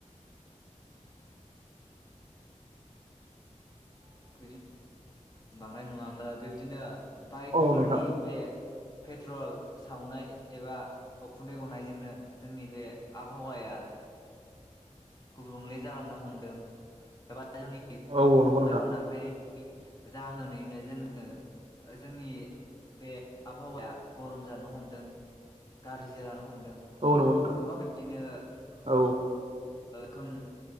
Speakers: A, on the left; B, on the right.
A: बि बांद्राय नुवामोन बे बिदिनो बाइकफोरनि
B: औ नोंथां
A: बे- पेट्रल सावनाय एबा उखुन्दै गनायजोंनो जोंनि बे आबहावाया- गुबुंले जालांनो हमदों एबा- जोंनि बे
B: औ
A: दंफां
B: औ नंगौ नोंथां
A: लाइफां दानफायनायनि- जाहोनैनो जोङो जोंनि बे आबहावाया गरम जानो हमदों गाज्रि जानानै हमदों
B: औ नंगौ नोंथां
A: गोबां बिदिनो
B: औ
A: खोम